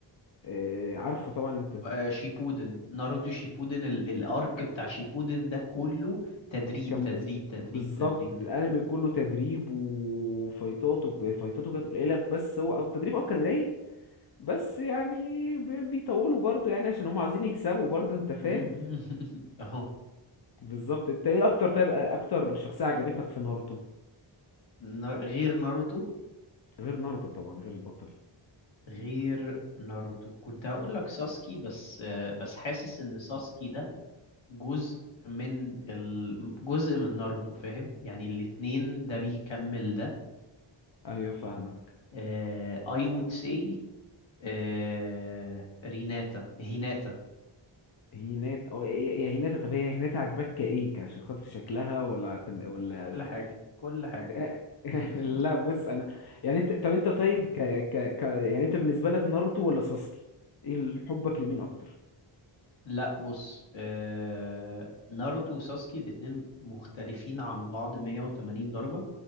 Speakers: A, on the left; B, on the left.
A: آه عارفه طبعا انت
B: آه، شيبودن ناروتو شيبودن ال- الارك بتاع شيبودن ده كله تدريب
A: كان
B: تدريب
A: بز...
B: تدريب
A: بالظبط
B: تدريب
A: الانمي كله تدريب وفايتاته فايتاته كانت قليله بس هو او التدريب اه كان رايق بس يعني بي- بيطولوا برضو يعني عشان هم عايزين يكسبوا برضو انت فاهم
B: م- م- <laughs> اهو
A: بالظبط انت ايه اكتر طيب اكتر شخصية عجبتك في ناروتو
B: نا- غير ناروتو
A: غير ناروتو طبعا غير البطل
B: غير ناروتو كنت هقول لك ساسكي بس آه، بس حاسس ان ساسكي ده جزء من ال... جزء من ناروتو فاهم يعني الاتنين ده بيكمل ده
A: ايوه فاهمك
B: آه، I would say آه، ريناتا هيناتا
A: هينات او يا هيناتا طب هي هيناتا عجبك كايه عشان خاطر شكلها ولا تم... ولا
B: كل حاجة كل حاجة
A: <laughs>
B: <laughs>
A: لا بص انا يعني انت طب انت طيب ك... ك... ك... يعني انت بالنسبة لك ناروتو ولا ساسكي ايه ال- حبك لمين اكتر
B: لا بص آه... ناروتو وساسكي الاتنين مختلفين عن بعض 180 درجة